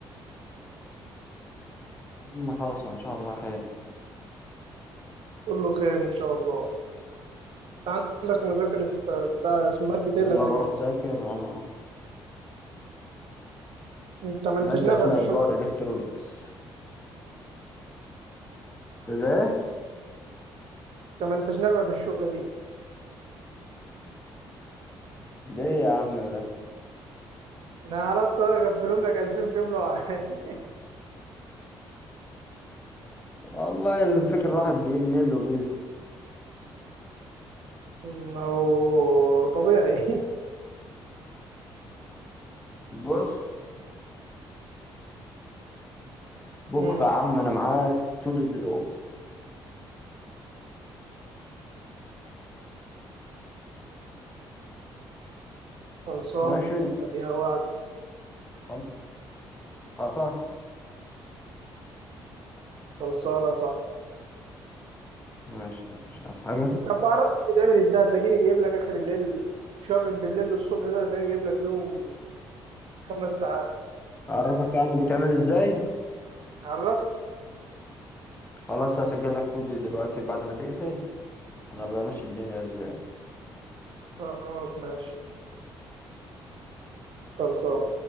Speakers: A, on the left; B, on the right.
A: يا عم خالص ان شاء الله خير
B: كله خير ان شاء الله عندك مذاكرة آه، بتاع اسم مادة
A: يلا
B: ايه اللي هتذاكر
A: بروح ذاكر وانا اروح
B: انت ما
A: مادة
B: انتش نافع
A: اسمها
B: في الشغل
A: باور الكترونكس ليه
B: انت ما انتش نافع في الشغلة دي
A: ليه يا عم بس
B: انا على الطلاق اقفلهم لك 2000 في يوم لو عايز
A: والله الفكرة الواحد بيمل وبيزهق
B: <laughs> هو طبيعي <laughs>
A: بص بكرة
B: أمم،
A: يا عم أنا معاك طول اليوم
B: خلصان
A: ماشي
B: ادينا وعدي
A: خلاص خلاص.
B: خلصانة صح
A: ماشي مش عايز حاجة
B: طب بعرفك بتعمل ازاي هتلاقيني جايب لك اخر الليل شويه من بالليل للصبح دول هتلاقيني جايب لك فيهم خمس ساعات
A: أعرفك يعني بتعمل إزاي
B: عرفت
A: خلاص هسجل لك فيديو دلوقتي بعد ما تقفل أنا بمشي الدنيا إزاي
B: خلاص ماشي خلصان